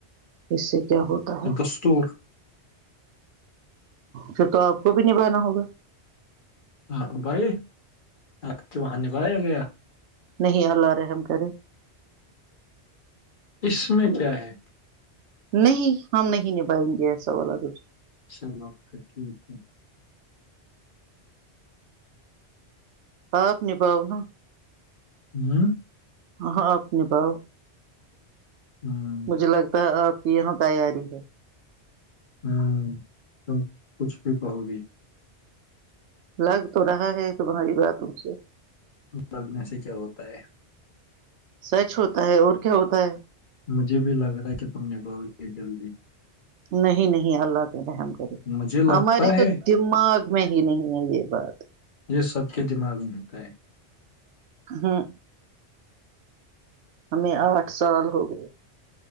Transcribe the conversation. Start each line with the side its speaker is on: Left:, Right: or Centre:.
Right: اس سے کیا ہوتا ہے
Left: دستور <unintelligible>
Right: پھر تو آپ کو بھی نبھانا ہوگا
Left: ہ بھائی آپ کے وہاں نبھایا گیا <unintelligible>
Right: نہیں اللہ رحم کرے
Left: اس میں کیا ہے
Right: نہیں ہم نہیں نبھائیں گے سوالات دو
Left: اناء اللہ آ پھر ٹھیک ہے <unintelligible>
Right: آپ نہیں پاؤنا
Left: ہوں <inaudible>
Right: ہ ہاں اپنی باؤ
Left: ہاں <inaudible>
Right: مجھے لگتا ہے آپ کی یہاں تیاری ہے
Left: ہوں تم کچھ بھی کہو گی
Right: لگ تو رہا ہے تو بہاری بات ت سے
Left: لگنے سے کیا ہوتا ہے
Right: سچ ہوتا ہے اور کیا ہوتا ہے
Left: مجھے بھی لگ رہا ہے کہ تم نبھاؤ گے جلدی
Right: نہیں نہیں اللہ کے رحم
Left: مجھے لگتا
Right: ہماری
Left: ہے
Right: تو دماغ میں ہی نہیں ہے یہ بات
Left: یہ سب کے دماغ میں ملتا ہے
Right: ہوں ہمیں آٹھ سال ہو گئے